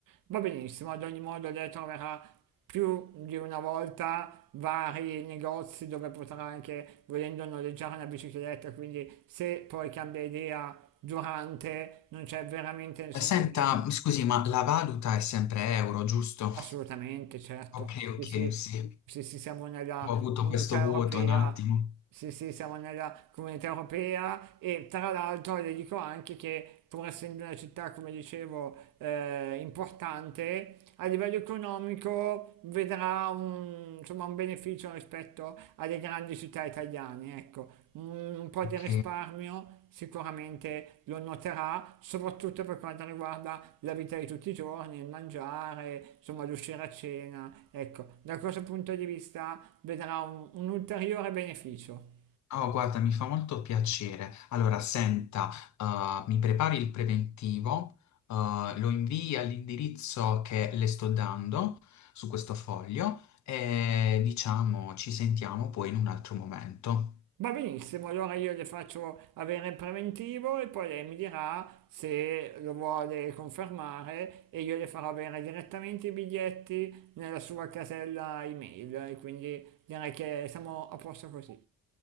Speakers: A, on the right; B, on the left.
A: va benissimo. Ad ogni modo lei troverà più di una volta vari negozi dove potrà anche, volendo, noleggiare una bicicletta. Quindi se poi cambia idea durante, non c'è veramente nessun
B: Eh, Senta,
A: problema.
B: scusi, ma la valuta è sempre euro, giusto?
A: Assolutamente, certo.
B: Ok, ok,
A: Sì, sì,
B: sì.
A: Sì, sì, siamo nella
B: Ho avuto
A: comunità
B: questo vuoto
A: europea.
B: un attimo.
A: Sì, sì, siamo nella comunità europea e tra l'altro le dico anche che pur essendo una città, come dicevo, eh, importante, a livello economico vedrà un, insomma, un beneficio rispetto alle grandi città italiane, ecco, un po'
B: Ok.
A: di risparmio sicuramente lo noterà, soprattutto per quanto riguarda la vita di tutti i giorni, il mangiare, insomma l'uscire a cena. Ecco, da questo punto di vista vedrà un, un ulteriore beneficio.
B: Oh, guarda, mi fa molto piacere. Allora, senta, eh, mi prepari il preventivo, eh, lo invii all'indirizzo che le sto dando su questo foglio e diciamo ci sentiamo poi in un altro momento.
A: Va benissimo, allora io le faccio avere il preventivo e poi lei mi dirà se lo vuole confermare e io le farò avere direttamente i biglietti nella sua casella email e quindi direi che siamo a posto così.